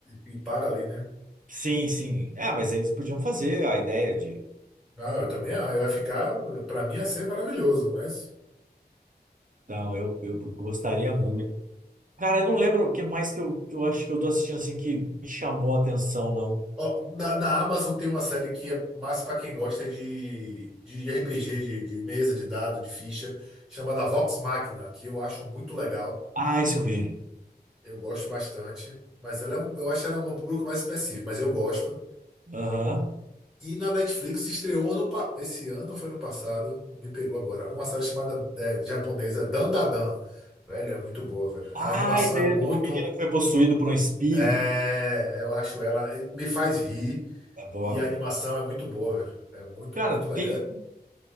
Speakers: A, in the centre; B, on the right (about 50°).
A: e, e para ali, né?
B: Sim, sim. É, mas eles podiam fazer a ideia de.
A: Não, eu também ah, eu ia ficar. Pra mim ia ser maravilhoso, mas.
B: Então, eu, eu gostaria muito. Cara, eu não lembro o que mais que eu, que eu acho que eu tô assistindo assim que me chamou a atenção, não.
A: Ó, na, na Amazon tem uma série que é mais pra quem gosta de, de RPG, de, de mesa, de dado, de ficha, chamada Vox Machina, que eu acho muito legal.
B: Ah, isso eu vi.
A: Eu gosto bastante. Mas ela é um, eu acho ela é um público mais específico, mas eu gosto.
B: Aham.
A: E na Netflix estreou ano, pa- esse ano, ou foi no passado, me pegou agora, uma série chamada é, japonesa Dandadan. Velho, é muito boa, velho.
B: Ah,
A: A animação
B: esse daí
A: é muito.
B: é do menino que foi possuído por um espírito.
A: é, eu acho ela. Me faz rir.
B: É bom,
A: E a animação é muito boa, velho. É muito,
B: Cara,
A: muito legal.
B: tem.